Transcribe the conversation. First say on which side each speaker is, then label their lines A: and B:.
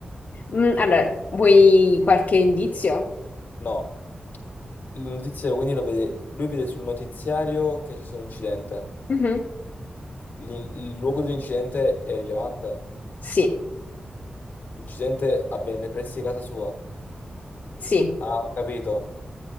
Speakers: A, on the left; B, on the left.
A: Mm, allora, vuoi qualche indizio?
B: No, il notiziario quindi lo vede, lui vede sul notiziario che ci sono incidente.
A: Mhm.
B: L'in- Il, luogo dell'incidente è rilevante.
A: Sì,
B: L'incidente avviene nei pressi di casa sua.
A: sì,
B: Ah, ho capito.